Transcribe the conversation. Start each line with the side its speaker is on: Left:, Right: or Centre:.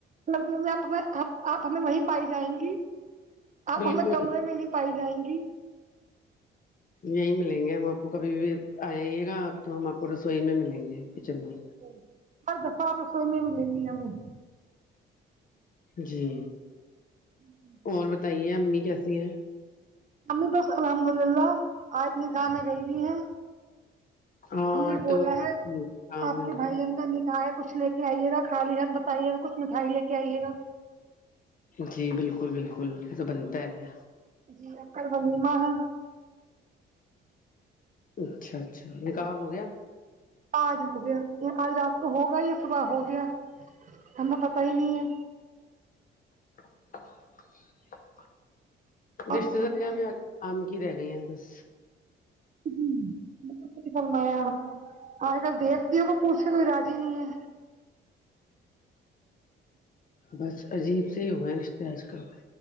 Right: سردیوں میں آپیں آپ ہمیں وہیں پائی جائیں گی آپ
Left: بالکل
Right: ہمیں کمرے میں نہیں پائی جائیں گی
Left: یہیں ملیں گے ہم آپ کو کبھی بھی آئیے گا آپ تو ہم آپ کو رسوئی میں ملیں گے کچن
Right: <unintelligible>
Left: میں جی
Right: <inaudible>
Left: اور بتائیے امی کیسی ہیں
Right: امی بس الحمد للہ آج نے میں کھانے خریدی ہیں
Left: ہاں
Right: ہم نے بولا
Left: تو
Right: ہے
Left: کام
Right: آپ
Left: میں-
Right: کے بھائی جان کا نکاح ہے تو پھر آئیے گا خالی ہاتھ بتائیے گا کچھ مٹھائی لے کے آئیے گا
Left: جی بالکل بالکل یہ تو بنتا ہے
Right: جی اکڑ ولیما ہے
Left: اچھا اچھا نکاح ہو گیا
Right: آج ہو گیا یا آج رات کو ہوگیا یا صبح ہو گیا ہمیں پتا ہی نہیں ہے
Left: <inaudible>
Right: اور
Left: رشتے
Right: فرمائے
Left: داریا بھی آم کی رہ گئی ہیں بس
Right: جی، بالکل فرمایا آپ آج کل دیوتیوں کو پوچھ سے کوئی رضی نہیں ہے
Left: بس عجیب سے ہی ہوا ہے رشتے آج کل